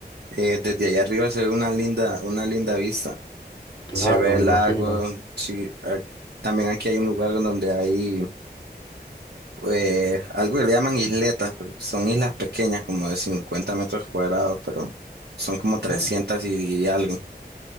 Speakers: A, on the right; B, on the left.
A: eh, desde allá arriba se ve una linda, una linda vista.
B: Claro,
A: se ve el
B: me imagino.
A: lago. Sí, a- también aquí hay un lugar en donde hay eh, algo que le llaman isletas, pero son islas pequeñas, como de 50 metros cuadrados, pero son como trescientas
B: Ah,
A: y, y algo.